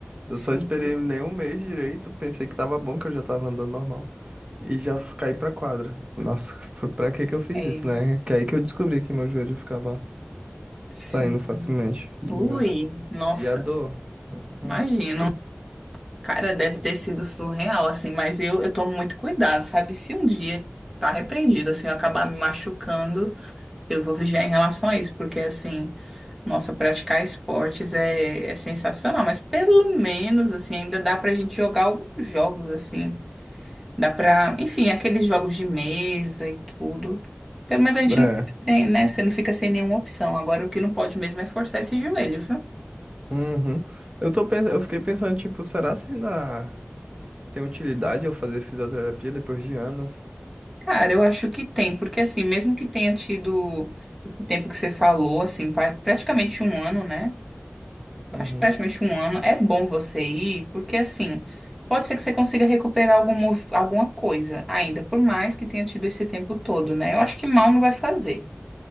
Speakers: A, on the right (about 25°); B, in the centre.
A: Eu
B: Sim.
A: só esperei nem um mês direito, pensei que tava bom, que eu já tava andando normal. E já f- caí pra quadra. Nossa, foi pra que que eu fiz
B: É,
A: isso, né? Que aí que eu descobri que meu joelho ficava
B: sim.
A: saindo facilmente do
B: Ui,
A: lugar.
B: nossa,
A: E a dor? Uhum.
B: imagino. Cara, deve ter sido surreal, assim, mas eu, eu tomo muito cuidado, sabe? Se um dia tá repreendido, assim, eu acabar me machucando, eu vou vigiar em relação a isso, porque, assim, nossa, praticar esportes é, é sensacional, mas pelo menos, assim, ainda dá pra gente jogar alguns jogos, assim, dá pra, enfim, aqueles jogos de mesa e tudo. Pelo menos a gente
A: É.
B: não fica sem, né? Você não fica sem nenhuma opção. Agora, o que não pode mesmo é forçar esse joelho, viu?
A: Uhum. Eu tô pensando, eu fiquei pensando, tipo, será se ainda. Tem utilidade eu fazer fisioterapia depois de anos?
B: Cara, eu acho que tem, porque assim, mesmo que tenha tido esse tempo que você falou, assim, pa- praticamente um ano, né? Acho
A: Uhum,
B: que praticamente um ano, é bom você ir, porque assim, pode ser que você consiga recuperar algum, mov- alguma coisa ainda, por mais que tenha tido esse tempo todo, né? Eu acho que mal não vai fazer.